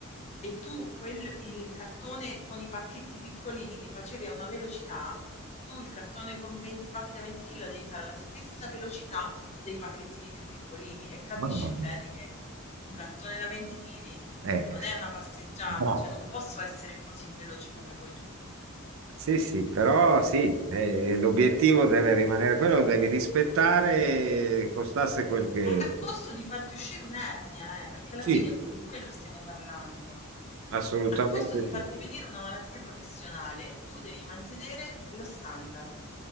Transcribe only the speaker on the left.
e tu quel- il cartone con i pacchetti piccolini li facevi a una velocità, tu il cartone con 20 pacchi da 20 chili la devi fare alla stessa velocità dei pacchettini più piccolini e capisci
bene che un cartone da 20 chili
non è una passeggiata,
cioè non posso essere così veloce come vuoi tu.
A, a costo di farti uscire un'ernia, eh, perché alla
fine que- di quello stiamo parlando.
A costo di farti
venire una malattia professionale e tu devi mantenere lo standard.